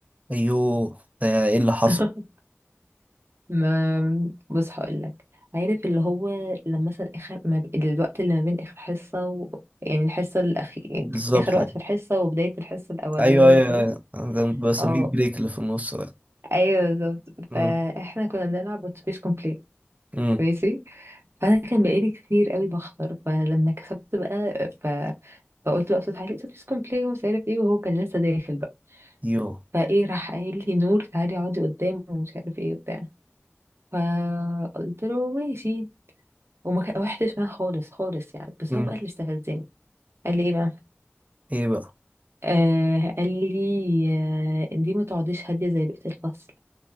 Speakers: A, on the right; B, on the right.
A: ايوه ده ايه اللي حصل
B: <laughs> ما بص هقول لك عارف اللي هو لما مثلا اخر ما ب... الوقت اللي ما بين اخر حصه و... يعني الحصه الاخير يعني
A: بالظبط
B: اخر وقت في الحصه وبدايه الحصه الاولانيه
A: ايوه ايوه
B: وكده
A: ايوه ده بسميه
B: اه
A: البريك اللي في النص ده
B: ايوه بالظبط
A: امم
B: فاحنا كنا بنلعب اتوبيس كومبليت
A: امم
B: ماشي فانا كان بقالي كتير قوي بخسر فلما كسبت بقى ف... فقلت بقى بصوت عالي اتوبيس كومبليت ومش عارف ايه وهو كان لسه داخل بقى
A: ايوه
B: فايه راح قايل لي نور تعالي اقعدي قدام ومش عارف ايه وبتاع فقلت له ماشي وما كان- روحتش معاه خالص خالص يعني بس
A: امم
B: هو بقى اللي استفزني قال لي ايه بقى
A: ايه بقى
B: آه قال لي آه دي ما تقعديش هاديه زي بقيه الفصل